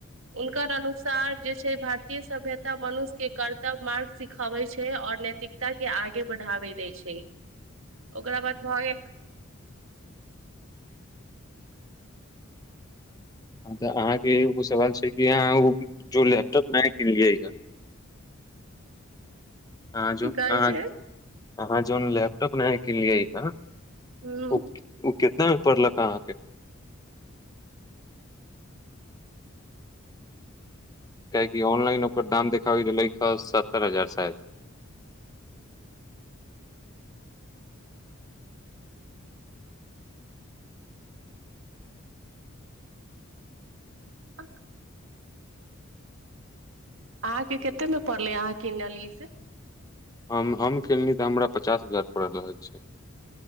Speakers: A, on the right (about 70°); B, on the left (about 15°).
A: हुनकर अनुसार जे छै भारतीय सभ्यता मनुष्य के कर्तव्य मार्ग सिखबय छै आओर नैतिक ताके आगे बढ़ाबै देय छै ओकरा बाद भऽ गेल
B: तऽ अहाँके एगो सवाल छै कि अहाँ एगो जो लैपटॉप नया किनलिएय ह अहां जो
A: की कहै
B: अहां
A: छै
B: अहाँ जोन लैपटॉप नया किनलिएय ह
A: ह
B: ओ ओ कितना मे पड़लक अहाँके कियाकी ऑनलाइन ओकर दाम देखाबय गेलैय क सत्तर हजार शायद
A: <unintelligible> अहाँ के कैते मे पड़लै अहाँके किनलियै से
B: हम हम किनलि तऽ हमरा पचास हजार पड़ रहल छै